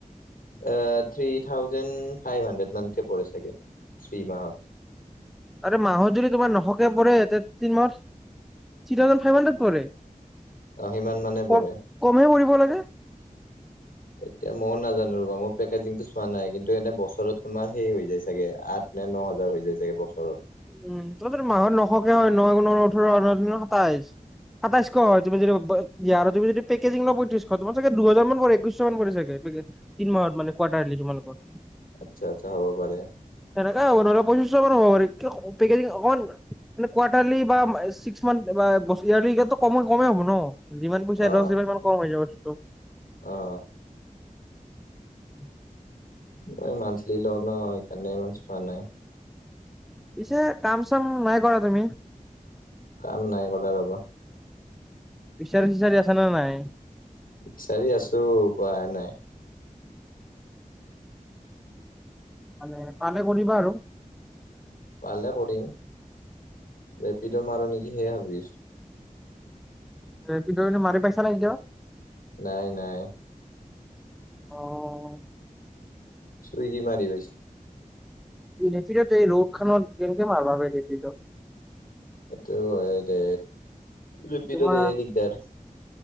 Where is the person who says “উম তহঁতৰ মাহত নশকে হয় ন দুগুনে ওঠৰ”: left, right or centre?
Centre